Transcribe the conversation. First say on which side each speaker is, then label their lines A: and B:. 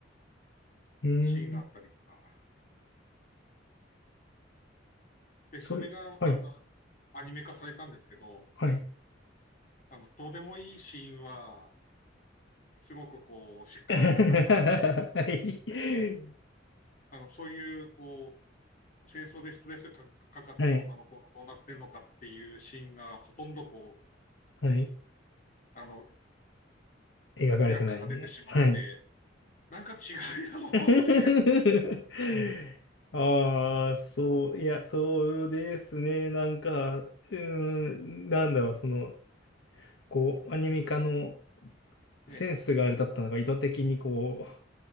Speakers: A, on the left (about 70°); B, on the left (about 45°).
A: ーん。
B: シーンがあったりとか、で、
A: それ、
B: それがあの
A: はい。
B: アニメ化されたんですけど、
A: はい。
B: あの、どうでもいいシーンは、すごくこう、しっかり描かれてて、
A: <laughs> はい。
B: あの、そういう、こう、戦争でストレスかかかってる女の子がどうなってんのかっていうシーンが、
A: はい。
B: ほとんどこう、
A: はい。
B: あの、
A: 描かれてないね。
B: 略されてしまって、
A: はい。
B: なんか違うやろうって、
A: <laughs> ああ、そう、いや、そうですね。なんか、うーん、なんだろう、その、こう、アニメ化の
B: <laughs> ええ、
A: センスがあれだったのが、意図的にこう、